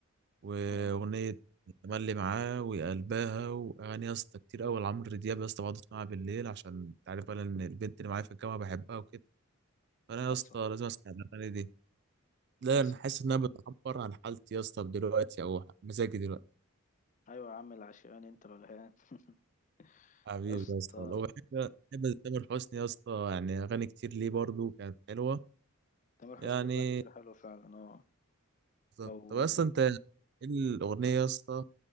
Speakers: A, on the left (about 35°); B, on the right (about 50°).
A: <laughs>
B: وأغنية
A: آه
B: تملي معاه وقلبها وأغاني يا اسطى كتير أوي لعمرو دياب يا اسطى بقعد أسمعها بالليل عشان أنت عارف بقى إن البنت اللي معايا في الجامعة بحبها وكده فأنا يا
A: حصل
B: اسطى لازم أسمع الأغاني دي لا
A: حصل
B: انا حاسس انها بتعبر عن حالتي يا اسطى دلوقتي او مزاجي دلوقتي
A: أيوة يا عم العشقاني أنت الولهان <laughs>
B: حبيبي
A: يا اسطى
B: يا اسطى والله بحب بحب تامر حسني يا اسطى يعني اغاني كتير ليه برضو كانت حلوه
A: تامر
B: يعني
A: حسني له أغاني كتير حلوة فعلا آه
B: بالظبط.
A: لو
B: طب اصلا انت ايه الاغنيه يا اسطى